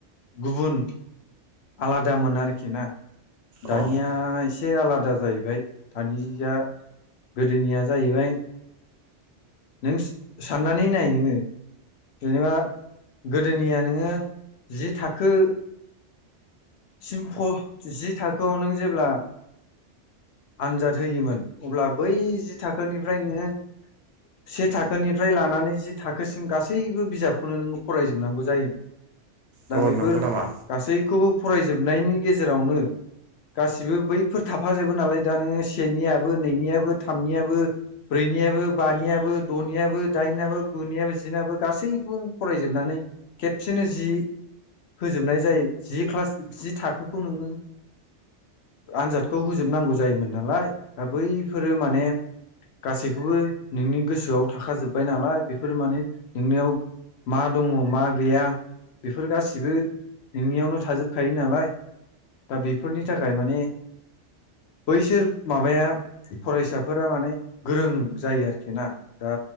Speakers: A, on the left (about 65°); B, on the right (about 70°).
A: गुबुन आलादामोन आरखि ना। दानिया
B: अ
A: एसे आलादा जाहैबाय दानि जा गोदोनिया जाहैबाय नों साननानै नाय नोङो जेनेबा गोदोनिया नोङो जि थाखो सिम फ जि थाखोआव नों जेब्ला आनजाद होयोमोन अब्ला बै जि थाखोनिफ्राय नोङो से थाखोनिफ्राय लानानै जि थाखोसिम गासैबो बिजाबखौनो नोङो फरायजोबनांगौ जायोमोन। दा
B: अ
A: बेफोर
B: नंगौ नामा?
A: गासैखौबो फरायजोबनायनि गेजेरावनो गासिबो बैफोर थाफाजोबो नालाय दा नोङो सेनियाबो नैनियाबो थामनियाबो ब्रैनियाबो बानियाबो द'नियाबो दाइनाबो गुनियाबो जिनाबो गासैखौबो नों फरायजोबनानै खेबसेनो जि होजोबनाय जाय जि क्लास जि थाखोखौ नोङो आनजादखौ होजोबनांगौ जायोमोन नालाय दा बैफोरो माने गासैखौबो नोंनि गोसोआव थाखाजोब्बाय नालाय बेफोरो माने नोंनियाव मा दङ' मा गैया बेफोर गासिबो नोंनियावनो थाजोबखायो नालाय दा बेफोरनि थाखाय माने बैसोर माबाया फरायसाफोरा माने गोरों जायो आरखि ना दा